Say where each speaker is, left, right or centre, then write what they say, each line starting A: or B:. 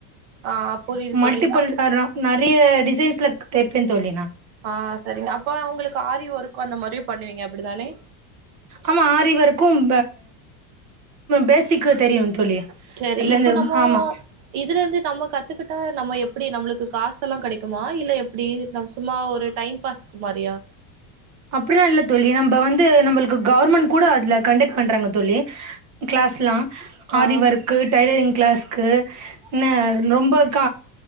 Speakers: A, on the right; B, on the right.
A: ஆ புரியுது
B: மல்டிபிள்
A: தோழி அப்
B: கல நிறைய டிசைன்ஸ்ல தைப்பேன் தோழி நா
A: ஆ சரிங்க அப்பனா உங்களுக்கு ஆரி ஒர்க் அந்த மாதிரியும் பண்ணுவீங்க அப்டிதானே
B: ஆமா ஆரி ஒர்க்கும் பேசிக்கு தெரியும் தோழி
A: சேரி
B: அதுல
A: இப்ப
B: இந்த
A: நம்ம
B: ஆமா
A: இதுல இருந்து நம்ம கத்துக்கிட்டா நம்ம எப்படி நம்மளுக்கு காசெல்லாம் கிடைக்குமா இல்ல எப்படி நம் சும்மா ஒரு டைம் பாஸ் மாறியா
B: அப்டிலாம் இல்ல தோழி நம்ம வந்து நம்மளுக்கு கவர்மெண்ட் கூட அதுல கண்டக்ட் பண்றாங்க தோழி கிளாஸ்ல்லாம்
A: ஆ
B: ஆரி ஓர்க்கு டைலரிங் கிளாஸ்க்கு ரொம்ப என்ன ரொம்ப க